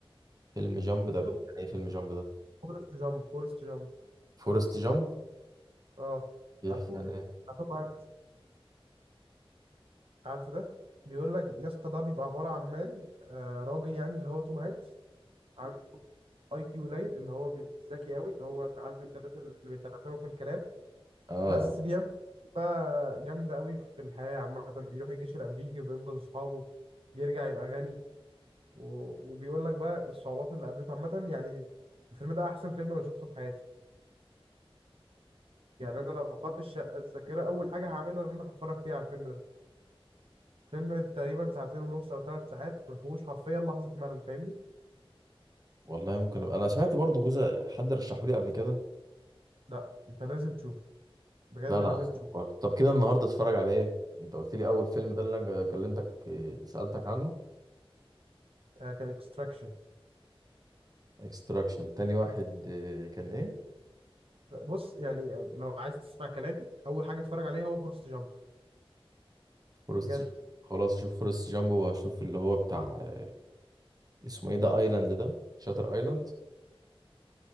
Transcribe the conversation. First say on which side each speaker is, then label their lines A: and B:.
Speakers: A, on the right; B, on the right.
A: فيلم جامب
B: شفته
A: ده بيحكي عن ايه فيلم جامب ده
B: فورست جامب فورست جامب
A: فورست جامب
B: اه
A: بيحكي
B: عارفه
A: عن ايه
B: بتاع توم هانكس عارفه ده بيقول لك يا اسطى ده بيبقى عباره عن مان آه راجل يعني اللي هو توم هانكس عنده اي كيو قليل اللي هو مش ذكي قوي اللي هو عارف انت الناس اللي بيتعتموا في الكلام
A: اه
B: بس بيعمل بقى جامدة قوي في الحياة عامة بيروح الجيش الأمريكي وبينقذ أصحابه بيرجع يبقى غني و... وبيقول لك بقى الصعوبات اللي قابلته عامة يعني الفيلم ده أحسن فيلم أنا شفته في حياتي يعني أنا لو فقدت الشقة الذاكرة أول حاجة هعملها إن أنا هتفرج فيها على الفيلم ده فيلم تقريبا ساعتين ونص أو ثلاث ساعات ما فيهوش حرفيا لحظة ملل فاهمني؟
A: والله ممكن أبقى. انا سمعت برضو جزء حد رشحه لي قبل كده
B: لا أنت لازم تشوفه بجد
A: لا مم.
B: لازم
A: لا هسمع
B: تشوفه
A: برضه. طب كده النهارده اتفرج على ايه انت قلت لي اول فيلم ده اللي انا جا- كلمتك إيه، سألتك عنه
B: آه، كان اكستراكشن
A: اكستراكشن تاني واحد إيه، كان ايه
B: بص يعني آه، لو عايز تسمع كلامي أول حاجة اتفرج عليها هو فورست جامب
A: فورست
B: بجد
A: جامب خلاص شوف فورست جامب وهشوف اللي هو بتاع إيه، اسمه ايه ده ايلاند ده شاتر ايلاند